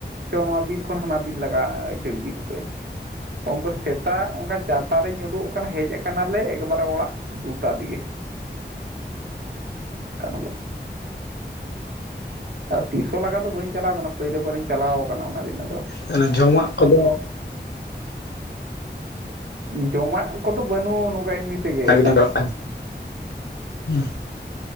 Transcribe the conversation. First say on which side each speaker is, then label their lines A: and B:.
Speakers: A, on the right; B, on the left.
A: ᱪᱚ ᱱᱚᱣᱟ ᱵᱤᱨ ᱠᱷᱚᱱ ᱦᱟᱱᱟ ᱵᱤᱨ ᱞᱟᱜᱟ ᱟᱹᱪᱟᱹᱲ ᱤᱫᱤ ᱠᱚᱯᱮ ᱠᱚᱢ ᱠᱚᱨᱮ ᱥᱮᱛᱟᱜ ᱚᱱᱠᱟ ᱪᱟᱴᱟ ᱨᱤᱧ ᱩᱰᱩᱠ ᱟᱠᱟᱱᱟ ᱦᱮᱡ ᱟᱠᱟᱱᱟᱞᱮ ᱮᱠᱵᱟᱨᱮ ᱚᱲᱟᱜ ᱫᱩᱴᱟ ᱫᱤᱭᱮ ᱠᱟᱱᱚ <unintelligible> ᱟᱨ ᱛᱤᱥᱦ ᱦᱚᱸ ᱞᱟᱜᱟ ᱫᱚ ᱵᱟᱹᱧ ᱪᱟᱞᱟᱣ ᱠᱟᱱᱟ, ᱯᱟᱭᱞᱟ. ᱵᱟᱨᱤᱧ ᱪᱟᱞᱟᱣ ᱟᱠᱟᱱᱟ ᱚᱱᱟ ᱫᱤᱱ ᱟᱫᱚ᱾
B: ᱛᱟᱦᱞᱮ ᱡᱚᱢᱟᱜ ᱠᱚᱫᱚ
A: ᱡᱚᱢᱟᱜ ᱠᱚᱫᱚ ᱵᱟᱱᱩᱜ ᱱᱚᱝᱠᱟ ᱮᱢᱱᱤ ᱛᱮᱜᱮ
B: ᱛᱟ ᱜᱤᱞᱤᱧ
A: ᱫᱟᱜ
B: ᱫᱚᱨᱠᱟᱨ ᱦᱩ᱾